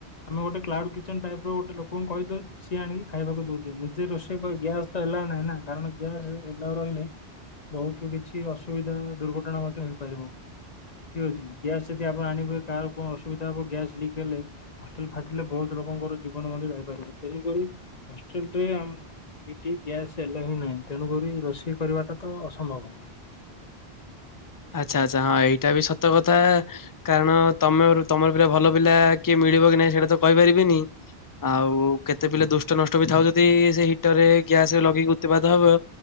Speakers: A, on the left; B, on the left.
A: ଆମେ ଗୋଟେ କ୍ଲାଉଡ୍ କିଚେନ ଟାଇପର ଗୋଟେ ଲୋକଙ୍କୁ କହି ଦେଉଛୁ ସିଏ ଆଣିକି ଖାଇବାକୁ ଦଉଚି ନିଜେ ରୋଷେଇ କରି କି ଗ୍ୟାସ୍ ତ ଅ ନାଁ ନାଁ ନାଁ କାରଣ ଗ୍ୟାସ୍ ନରହିଲେ ବହୁତ କିଛି ଅସୁବିଧା ଦୁର୍ଘଟଣା ମଧ୍ୟ ହେ ପାରିବୁ। ଠିକ ଅଛି ଗ୍ୟାସ୍ ଯଦି ଆପଣ ଆଣିବେ କାହାର କଣ ଅସୁବିଧା ହବ ଗ୍ୟାସ ଲିକ୍ ହେଲେ ହଷ୍ଟେଲ ଫାଟିଲେ ବହୁତ ଲୋ ଲୋକଙ୍କର ଜୀବନ ମଧ୍ୟ ଯାଇପାରିବ ତେଣୁକରି ହଷ୍ଟେଲରେ ଆମ ଏଠି ଗ୍ୟାସ୍ ଆଲାଓ ନାହିଁ। ତେଣୁକରି ରୋଷେଇ କରିବାଟା ତ ଅସମ୍ଭବ।
B: ଆଛା ଆଛା ହଁ ଏଇଟା ବି ସତ କଥା କାରଣ ତମ ତମର ପିଲା ଭଲ ପିଲା କିଏ ମିଳିବ କି ନାଇଁ ସେଇଟା ତ କହିପାରିବିନି ଆଉ କେତେ ପିଲା ଦୁଷ୍ଟ ନଷ୍ଟ ବି ଥାଉ ଯଦି ସେ ହିଟର ରେ ଗ୍ୟାସ ଲଗେଇକି ଉତ୍ତିବାଦ ହବ।